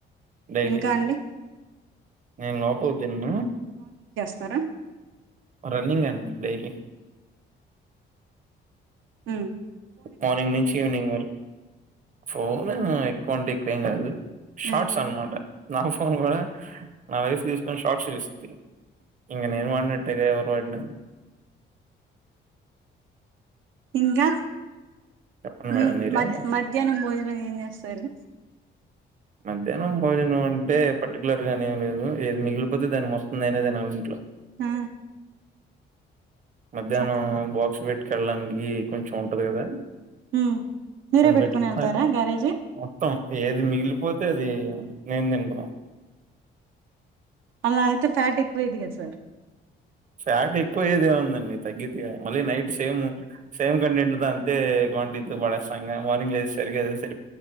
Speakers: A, on the right; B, on the right.
A: డైలీ
B: ఇంకా అండి
A: నేను లోపలదిన్న
B: తర
A: రన్నింగ్ అండి డైలీ
B: మ్మ్
A: మార్నింగ్ నుంచి ఈవినింగ్ వరకు ఫోన్ ఎక్కువ అంటే క్కువ ఏం కాదు షార్ట్స్
B: ఉమ్
A: అన్నమాట నా ఫోన్ కూడా నా వైఫ్ తీసుకొని షార్ట్స్ చూస్తది ఇంగ నేను వాడినట్టేగా ఎవరు వాడినా
B: ఇంకా
A: చెప్పండి
B: మీ
A: మేడం మీరే
B: మధ్యాహ్నం భోజనం ఎం చేస్తరు
A: మధ్యాహ్నం భోజనం అంటే పర్టికులర్ గానేం లేదు ఏది మిగిలిపోతే దాని మొత్తం నేనే తినాలి ఇంట్లో
B: ఆ
A: మధ్యాహ్నం
B: చెప్పండి
A: బాక్స్ పెట్ కి వెళ్ళడానికి కొంచెం ఉంటది కదా
B: ఉమ్ మీరే
A: అది
B: పెట్టుకుని
A: పెట్టుకున్న
B: వెళ్తారా గ్యారేజీ
A: మొత్తం ఏది మిగిలిపోతే తది నేన్ తింట
B: అలా అయితే ఫ్యాట్ ఎక్కువ ఇది కదా సార్
A: ఫ్యాట్ ఎక్కువ అయేది ఏం ఉందండి తగ్గితే మళ్ళీ నైట్ సేమ్ సేమ్ కంటెంట్ ద అంతే క్వాంటిటీతో బడేస్తాం గా మార్నింగ్ సరే కదా సరి